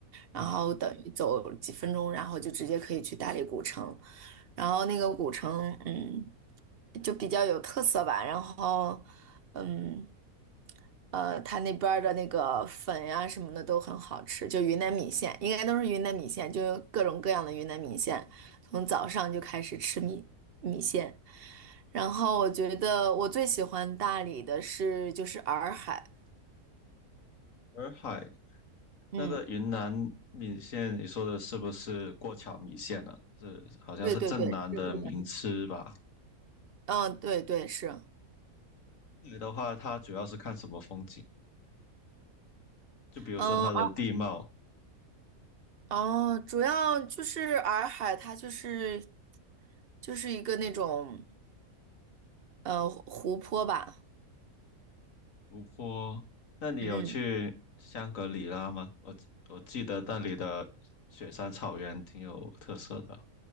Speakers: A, on the left; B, on the right.
A: 嗯，
B: 然后等于走几分钟，然后就直接可以去大理古城。然后那个古城，嗯，就比较有特色吧。然后，嗯。呃，它那边儿的那个粉呀、什么的都很好吃，就云南米线，应该都是云南米线，就各种各样的云南米线，从早上就开始吃米米线。然后我觉得我最喜欢大理的是就是洱海，
A: 洱海
B: 嗯，
A: 那个云南米线，你说的是不是过桥米线呢、是，好像是镇南的名吃吧？
B: 对对对，是贵的嗯，对对是，
A: 洱海的话，它主要是看什么风景？就比如说它的地貌，
B: 嗯，洱哦，主要就是洱海，它就是就是一个那种呃湖泊吧，
A: 湖泊，那你有去香格里拉吗？
B: 嗯。
A: 我记我记得那里的雪山草原挺有特色的。